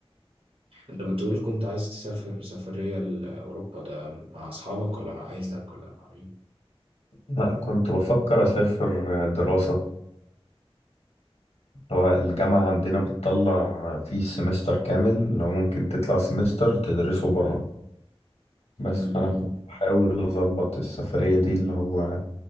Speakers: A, on the right (about 75°); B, on the left (about 90°).
A: انت بتقول كنت عايز تسافر سفرية لأوروبا ده مع أصحابك ولا مع عيلتك ولا مع مين؟
B: لا كنت بفكر اسافر دراسة هو الجامعة عندنا بتطلع فيه سمستر كامل لو ممكن تطلع سمستر تدرسه بره بس
A: امم
B: فأنا كنت بحاول أظبط السفرية دي اللي هو